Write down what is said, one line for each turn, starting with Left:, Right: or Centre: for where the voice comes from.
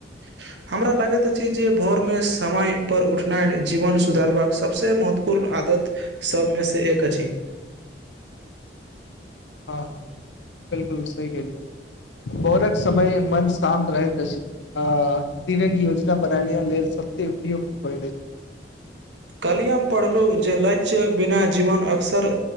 Right: <inaudible> हमरा लगैत अछि जे भोरमे समय पर उठनाइन जीवन सुधारबाक सभसे महत्वपूर्ण आदत सबमे से एक अछि
Left: हँ बिलकुल सहि केलिये भोरक समय मन शान्त रहैत अछि अ दिनक योजना बना। लिय नेसबसे उपयु्त होयत अछि
Right: कलियम पढ़लहुँ जे लक्ष्य बिना जीवन अक्सर